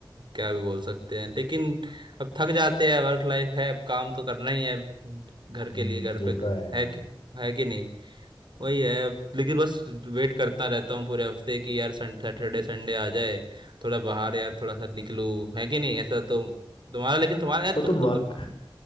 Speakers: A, on the right; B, on the left.
A: क्या भी बोल सकते हैं लेकिन अब थक जाते हैं वर्क लाइफ है अब काम तो करना ही है घर
B: हम्म,
A: के लिए घर
B: ये
A: पे
B: तो है यार
A: है कि है कि नहीं वही है अब लेकिन बस वेट करता रहता हूँ पूरे हफ्ते कि यार सन सैटरडे संडे आ जाए थोड़ा बाहर यार थोड़ा सा निकलूं है कि नहीं ऐसा तो तुम्हारा लेकिन तुम्हारा यार
B: तो
A: तुम
B: तुम
A: तो
B: वर्क
A: तब